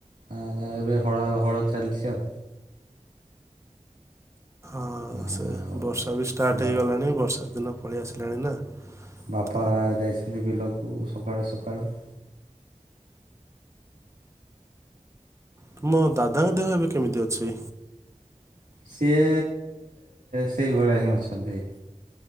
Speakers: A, on the right; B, on the right.
A: ଆ ଏବେ ହ ହଳ ହଳ ଚାଲିଛି। ଆଉ
B: ହଁ
A: ଆଉ
B: ସେ ବର୍ଷା ବି ଷ୍ଟାର୍ଟ
A: ବା
B: ହେଇଗଲାଣି ବର୍ଷା। ଦିନ ପଳେଇ ଆସିଲାଣି ନା।
A: ବାପା
B: ତ
A: ଯାଇଛନ୍ତି ବିଲ। ସକାଳୁ ସକାଳୁ।
B: ତୁମ ଦାଦାଙ୍କ ଦେହ ଏବେ କେମିତି ଅଛି।
A: ସିଏ ସେଇ ଭଳିଆ ହିଁ ଅଛନ୍ତି